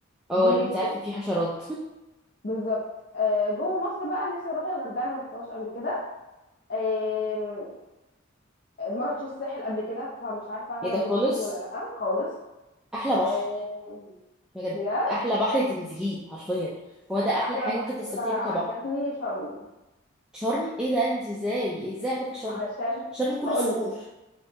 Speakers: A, in the centre; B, on the left.
A: اه
B: دي
A: ان
B: مشكله
A: انت عارفه في حشرات <laughs>
B: بالظبط آه، جوه مصر بقى نفسي اروح الغردقه انا ما رحتهاش قبل كده آم، ما رحتش الساحل قبل كده فمش عارفه انا
A: ايه ده
B: هنبسط
A: خالص
B: فيه ولا لا خالص
A: احلى بحر
B: آم،
A: بجد
B: بجد
A: احلى بحر تنزليه حرفيا هو
B: انا
A: ده احلى
B: احلى
A: حاجه
B: بحر
A: ممكن تستمتعي
B: عجبني
A: بيها كبحر
B: شرم
A: شرم ايه ده انت ازاي ازاي عجبك شرم
B: عشان
A: شرم كله
B: هقول
A: صخور
B: لك